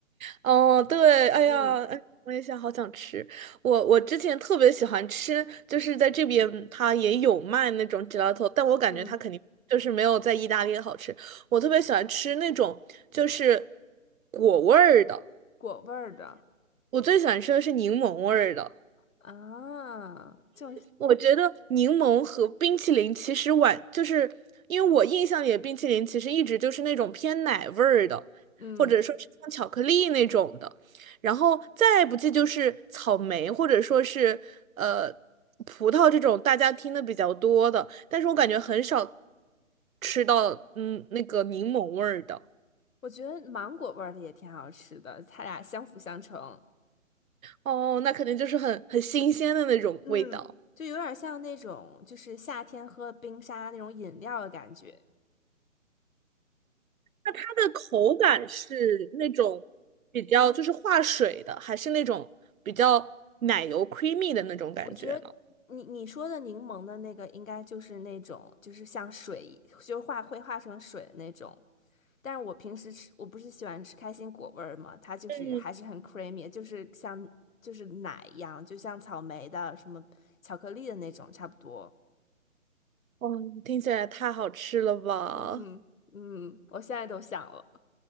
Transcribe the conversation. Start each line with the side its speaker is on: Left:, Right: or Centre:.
Right: 哦，对，哎呀，
Left: 嗯
Right: 哎，我也想，好想吃。我我之前特别喜欢吃，就是在这边它也有卖那种 gelato，但我感觉它肯定就是没有在意大利好吃。
Left: 嗯，
Right: 我特别喜欢吃那种就是果味儿的。
Left: 果味儿的
Right: 我最喜欢吃的是柠檬味儿的。
Left: 啊，就是
Right: 我觉得柠檬和冰淇淋其实晚，就是因为我印象里的冰淇淋其实一直就是那种偏奶味儿的，
Left: 嗯，
Right: 或者说是像巧克力那种的，然后再不济就是草莓或者说是呃葡萄这种大家听的比较多的，但是我感觉很少吃到嗯那个柠檬味儿的。
Left: 我觉得芒果味儿的也挺好吃的，它俩相辅相成。
Right: 哦，那肯定就是很很新鲜的那种味道。
Left: 嗯，就有点像那种就是夏天喝冰沙那种饮料的感觉。
Right: 那它的口感是那种比较就是化水的，还是那种比较奶油 creamy 的那种感觉呢？
Left: 我觉得你你说的柠檬的那个应该就是那种就是像水一就是化会化成水的那种。但是我平时吃我不是喜欢吃开心果味儿嘛，它就是还是很
Right: 嗯，
Left: creamy，就是像就是奶一样，就像草莓的什么巧克力的那种差不多。
Right: 哇，听起来太好吃了吧！
Left: 嗯嗯，我现在都想了。